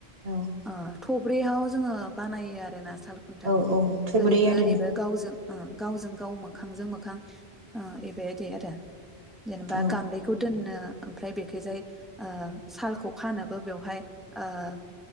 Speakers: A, on the right; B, in the centre.
A: औ
B: ओ थब्रैयाव। जोङो बानायो आरो ना साल खुन्थाखौ
A: औ औ थब्रै
B: ओरैबो-ओरैबो
A: आरोना
B: गावजों गावजों गाव मोखांजों मोखां ओ। दे आदा। जेनेबा
A: औ
B: गान्दैखौ दोननो। ओमफ्राय बेखैयजाय ओ सालखौ फाननोबो बेवहाय ओल